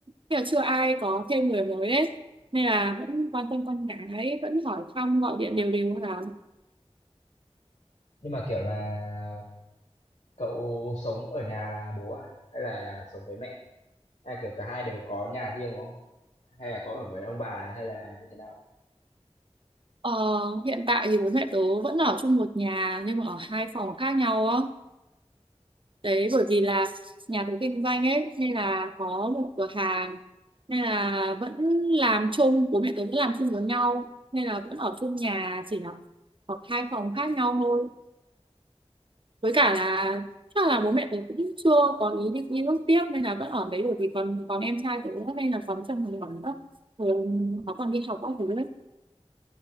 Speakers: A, on the right; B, on the left.
A: kiểu chưa ai có thêm người mới đấy nên là vẫn quan tâm con gái vẫn hỏi thăm gọi điện đều đều là
B: Nhưng mà, kiểu là, cậu sống ở nhà bố à? Hay là sống với mẹ? Hay là, kiểu, cả hai đều có nhà riêng, đúng không? Hay là có ở với ông bà hay là như thế nào?
A: ờ, hiện tại thì bố mẹ tớ vẫn ở chung một nhà nhưng mà ở hai phòng khác nhau á đấy bởi vì là nhà tớ kinh doanh ấy nên là có một cửa hàng nên là vẫn làm chung bố mẹ tớ vẫn làm chung với nhau nên là vẫn ở chung nhà chỉ là ở hai phòng khác nhau thôi với cả là chắc là bố mẹ tớ cũng chưa có ý định đi nước tiếp nên là vẫn ở đấy bởi vì còn còn em trai tớ nữa nên là còn trong một khoảng nữa rồi nó còn đi học các thứ đấy